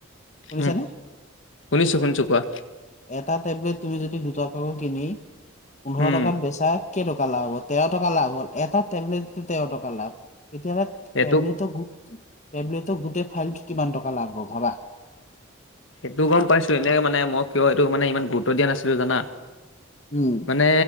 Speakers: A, on the left; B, on the left.
A: শুনিছানে?
B: উম শুনিছো শুনিছো কোৱা
A: এটা টেবলেট তুমি যদি দুটকা কে কিনি পোন্ধৰ
B: উম
A: টকাত বেচা কেই টকা লাভ হ'ব তেৰ টকা লাভ হ'ল এটা টেবলেট তেৰ টকা লাভ কেতিয়াবা
B: সেইটো
A: টেপলেটৰ গু- টেবলেটত গোটেই ফাইলটো কিমান টকা লাভ ভাবা।
B: সেইটো গম পাইছো। এনেকে মানে মই কিয় এইটো মানে ইমান গুৰুত্ব দিয়া নাছিলো জানা।
A: উম
B: মানে